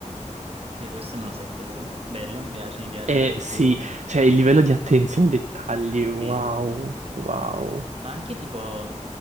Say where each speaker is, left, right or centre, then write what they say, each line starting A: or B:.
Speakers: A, on the right; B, on the right.
A: Ok, questo non lo sapevo. Bello, mi piace, mi piace
B: E
A: ancora di
B: sì,
A: più.
B: cioè il livello di attenzione ai dettagli, wow,
A: Sì.
B: wow.
A: Ma anche tipo